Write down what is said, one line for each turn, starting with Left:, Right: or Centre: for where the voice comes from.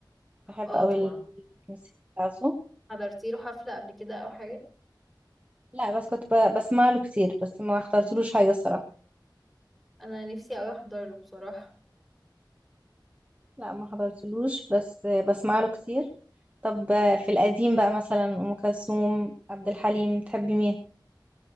Right: بحب
Centre: اه
Right: قوي
Centre: طبعا
Right: ال- الموسيقى بتاعته
Centre: حضرتي له حفله قبل كده او حاجه
Right: لا بس كنت ب- بسمع له كتير بس ما حضرتلوش حاجه الصراحه
Centre: انا نفسي اوي احضر له بصراحه
Right: لا ما حضرتلوش بس بسمع له كتير طب في القديم بقى مثلا ام كلثوم عبد الحليم تحبي مين